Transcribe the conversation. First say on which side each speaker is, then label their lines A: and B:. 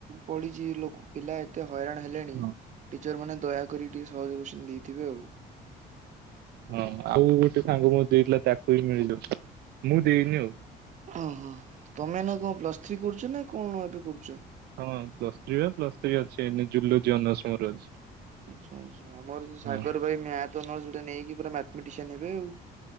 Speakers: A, on the right (about 45°); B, on the right (about 75°).
A: ପଡିଚି ଲୋ-ପିଲା ଏତେ ହଇରାଣ ହେଲେଣି
B: ହଁ
A: ଟିଚର୍ ମାନେ ଦୟାକରି ଟିକେ ସହଜ କୋଶ୍ଚିନ୍ ଦେଇଥିବେ ଆଉ।
B: ହଁ ଆଉ ଗୋଟେ ସାଙ୍ଗ ମୋତେ ଦେଇଥିଲା ତାକୁ ବି ମିଳିଯିବ ମୁଁ ଦେଇନି ଆଉ।
A: ଓହୋ ତମେ ଏଇନା କଣ ପ୍ଲସ୍ ଥ୍ରୀ କରୁଚ ନା କଣ ଏବେ କରୁଚ?
B: ହଁ ପ୍ଲସ୍ ଥ୍ରୀ ବା ପ୍ଲସ୍ ଥ୍ରୀ ଅଛି ଏଇନେ ଜୁଲୋଜି ଅନର୍ସ ମୋର ଅଛି।
A: ଆଛ ଆଚ୍ଛା ଆମର ସାଗର୍
B: ହଁ
A: ଭାଇ ମ୍ୟାଥ୍ ଅନର୍ସ ଗୋଟେ ନେଇକି ପୁରା ମ୍ୟାଥ୍ ମେଟିସିଆନ୍ ହେବେ ଆଉ।